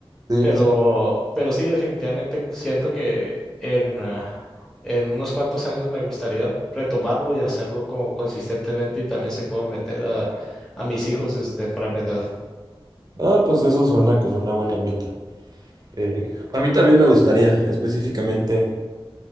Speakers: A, on the right (about 40°); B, in the centre.
A: Sí.
B: Pero,
A: sí.
B: pero sí, definitivamente siento que en, ah, en unos cuantos años me gustaría retomarlo y hacerlo como consistentemente y también si puedo meter a, a mis hijos desde temprana edad.
A: Ah, pues eso suena como una buena meta. Eh, a mí también me gustaría, específicamente,